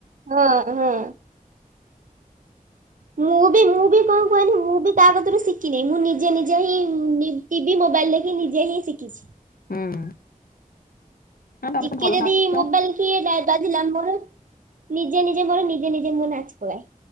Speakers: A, on the right; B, on the left.
A: ହଁ- ହଁ। ମୁଁ ବି ମୁଁ ବି କଣ କୁହନି ମୁଁ ବି କା କତିରୁ ଶିକିନେଇଁ, ମୁଁ ନିଜେ-ନିଜେ ହିଁ ନି- ଟିବି ମୋବାଇଲ୍ ଦେଖି ନିଜେ ହିଁ ଶିକିଛି।
B: ହୁଁ। ନା ତମେ
A: ଟିକେ
B: ତ ଭଲ
A: ଯଦି
B: ନାଚୁଛ
A: ମୋବାଇଲ୍ <unintelligible> ବାଜିଲା, ମୋର ନିଜେ-ନିଜେ ମୋର ନିଜେ-ନିଜେ ମୁଁ ନାଚେ।